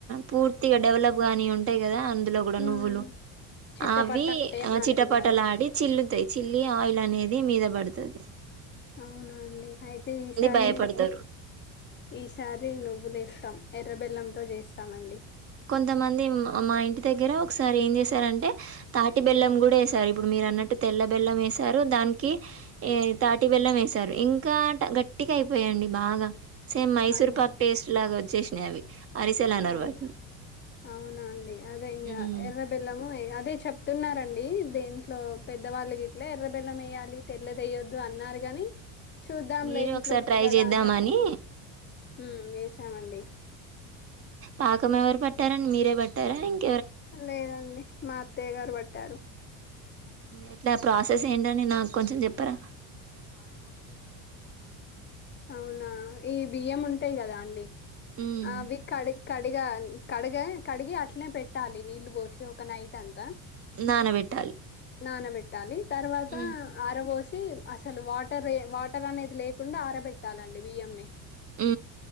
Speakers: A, on the right (about 35°); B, on the left (about 25°).
A: పూర్తిగా డెవలప్ గాని ఉంటాయి కదా అ ఇందులో కూడా
B: మ్మ్
A: నువ్వులు
B: చిట్ట
A: అవి
B: పట్ట అంటే అని
A: ఆ
B: అంటున్నారు
A: చిట్టపటలు ఆడి చిల్లుతాయి చిల్లి ఆయిల్ అనేది ీ మీద పడుతుది
B: అవునండి అయితే ఈసారి
A: భయపడతారు
B: ఈసారి నువ్వులేేస్తాం ఎర్రబెల్లంతో చేస్తాం అండి
A: కొంతమంది మా ఇంటి దగ్గర ఒకసారి ఏం చేశారంటే తాటి బెల్లం కూడా వేసారు ఇప్పుడు మీరు అన్నట్టు తెల్ల బెల్లం వేసారు దానికి తాటి బెల్లం వేస సారు ఇంకా గట్టిగా అయిపోయండి బాగా సేమ్ మైసూర్
B: అయ్యో
A: పాకు టేస్ట్ లాగా వచ్చేసినాయి అవి అరిసెలు అనరు
B: అయ్యో
A: వాటిని
B: అవునా అండి అదే ఇంకా
A: హ్మ్.
B: ఎర్ర బెల్లం అదే చెప్తున్నారండి దేంట్లో పెద్దవాళ్ళకి ఇట్లా ఎర్రబెల్లం వేయాలి తెల్లదిేయొద్దు అన్నారు కాని చూద్దాం
A: మీరు
B: లే ఇంట్లోంది
A: ఒకసారి ట్రై
B: కదా
A: చేద్దామని
B: అనేసి హుమ్మ్ వేసానండి
A: పాకం ఎవరు పట్టారండి మీరే పట్టారా ఇంకా
B: లేదండి మా అత్తయ్య గారు పట్టారు
A: ఎట్ల ప్రాసెస్ ఏంటని నాకు కొంచెం చెప్పారా
B: అవునా ఈ బియ్యం ఉంటాయి కదా అం డి
A: హ్మ్.
B: అది కాడ్ కడిగ కడిగ కడిగి అట్నే పెట్టాలి నీళ్లు పోసి ఒక నైట్ అంతా
A: నానబెట్టాలి
B: నానబెట్టాలి తర్వాత
A: హ్మ్.
B: అరవోసి అసలు వా వాటర్ వాటర్ అనేది లేకుండా ఆరబెట్టాలండి బియ్యంని
A: ఉ